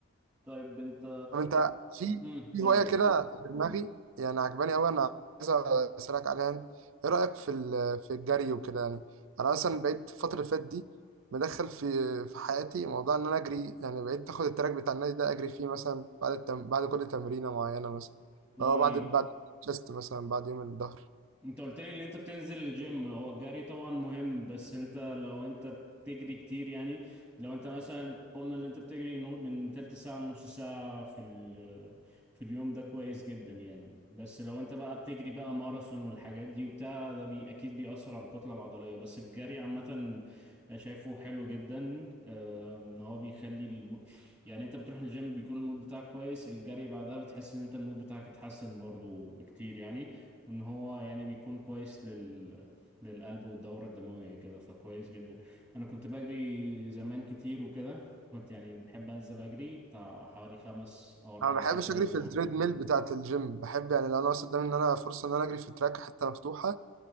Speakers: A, in the centre; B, on the right.
A: طيب انت
B: طب انت في
A: مم.
B: في
A: قول
B: هوايه
A: لي
B: كده في دماغي يعني عجباني قوي انا عايز اسالك عليها انت. ايه رايك في ال- في الجري وكده يعني انا مثلا بقيت الفتره اللي فاتت دي مدخل في في حياتي موضوع ان انا اجري يعني بقيت اخد التراك بتاع النادي ده اجري فيه مثلا بعد التم... بعد كل تمرينه معينه مثلا
A: قول
B: لو بعد
A: لي
B: بعد الشيست مثلا بعد يوم الظهر
A: انت قلت لي ان انت بتنزل الجيم هو الجري طبعا مهم بس انت لو انت بتجري كتير يعني لو انت مثلا قلنا ان انت بتجري نو- من تلت ساعة لنص ساعة في ال- في اليوم ده كويس جدا يعني بس لو انت بقى بتجري بقى ماراثون والحاجات دي وبتاع ده بي اكيد بيأثر على الكتلة العضلية بس الجري عامة شايفه حلو جدا اه، ان هو بيخلي الم... يعني انت بتروح الجيم بيكون المود بتاعك كويس الجري بعدها بتحس ان انت المود بتاعك اتحسن برضو بكتير يعني ان هو يعني بيكون كويس لل للقلب والدورة الدموية كده فكويس جدا انا كنت بجري زمان كتير وكده كنت يعني بحب انزل اجري بتاع حوالي خمس او اربع
B: انا ما
A: مرات
B: بحبش
A: في الاسبوع
B: اجري في التريد ميل بتاعه الجيم بحب يعني لو انا مثلا قدامي ان انا فرصه ان انا اجري في تراك حته مفتوحه